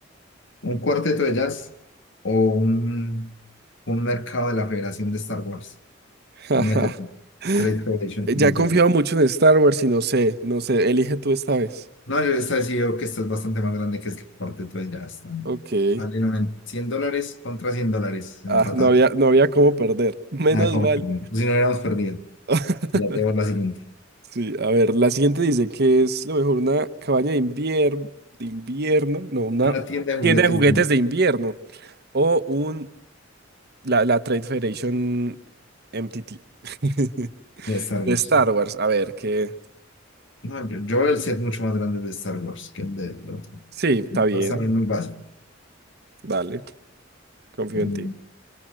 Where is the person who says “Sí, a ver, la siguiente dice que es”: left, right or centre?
Right